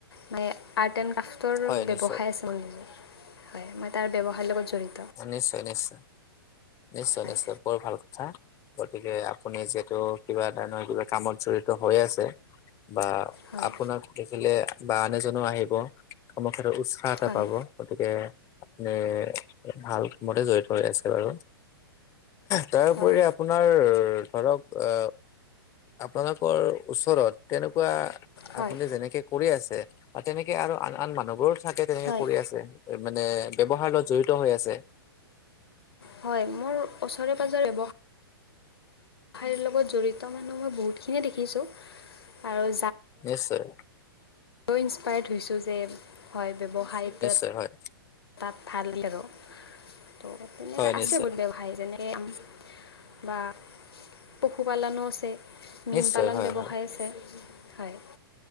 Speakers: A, on the left; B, on the left.
A: মানে আৰ্ট এণ্ড <unintelligible> তৰ
B: হয়
A: ব্যৱসায়
B: নিশ্চয়
A: আছে মান <unintelligible> হয়, মই তাৰ ব্যৱসায়ৰ লগত জড়িত।
B: নিশ্চয় নিশ্চয়- নিশ্চয়-
A: হয়
B: নিশ্চয় বৰ ভাল কথা। গতিকে আপুনি যিহেতু কিবা ধৰণৰ কিবা কামত জড়িত হৈ আছে, বা
A: হয়
B: আপোনাক দেখিলে বা আন এজনো আহিব, <unintelligible> সাহ এটা
A: হয় হয়
B: পাব, গতিকে এ ভাল কামতে জড়িত হৈ আছে বাৰু। তাৰ ওপৰি
A: হয়
B: আপোনাৰ ধৰক অ আপোনালোকৰ ওচৰত তেনেকুৱা
A: হয়
B: আপুনি যেনেকে কৰি আছে। তেনেকে আৰু আন-আন মানুহবোৰো চাগে তেনেকে
A: হয়
B: কৰি আছে, মানে ব্যৱহাৰ লগত জড়ি ত হৈ আছে।
A: হয়, মোৰ ওচৰে পাজৰে ব্যৱ ব্যৱসায়ৰ লগত জড়িত মানুহ মই বহুতখিনিয়ে দেখিছো, আৰু
B: নিশ্চয়।
A: মই ইনস্পায়াৰ্ড হৈছোঁ যে হয় ব্যৱসায়টোত
B: হয় হয়।
A: তাত ভাল আৰু ত' তেনেকৈ
B: হয়
A: আছে
B: নিশ্চয়
A: বহুত ব্যৱসায় যেনে এ বা পশুপালনো আছে।
B: নিশ্চয়
A: মীন পালন
B: হয়
A: ব্যৱসায়
B: হয়
A: আছে, হয়।